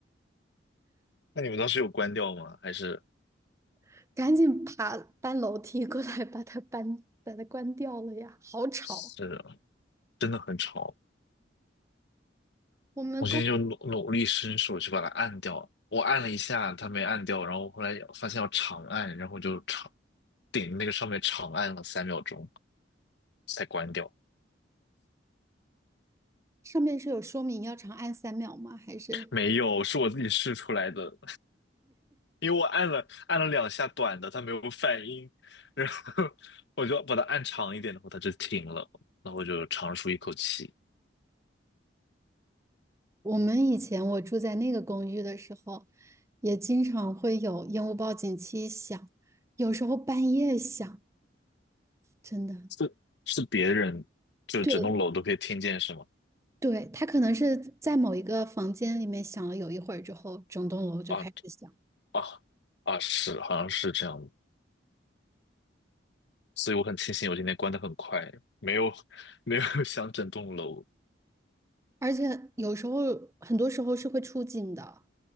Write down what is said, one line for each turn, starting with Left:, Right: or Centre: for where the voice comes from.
Left: 那你们当时有关掉吗？还是
Right: <laughs> 赶紧爬搬楼梯过来把它搬把它关掉了呀，好吵！
Left: 是真的很吵？
Right: 我们公
Left: 我现在就努努力伸手去把它按掉，我按了一下，它没按掉，然后后来发现要长按，然后就长顶那个上面长按了三秒钟才关掉。
Right: 上面是有说明要长按三秒吗？还是
Left: 没有，是我自己试出来的。因为我按了按了两下短的，它没有反应，然后我就把它按长一点，然后它就停了，然后我就长舒一口气。
Right: 我们以前我住在那个公寓的时候，也经常会有烟雾报警器响，有时候半夜响，真的。
Left: 是是别人，就整栋楼都可以听见是吗？
Right: 对，对，他可能是在某一个房间里面想了有一会儿之后，整栋楼就开始响，
Left: 啊啊啊！是，好像是这样的所以我很庆幸我今天关的很快，没有没有 <laughs> 响整栋楼。
Right: 而且有时候很多时候是会出警的。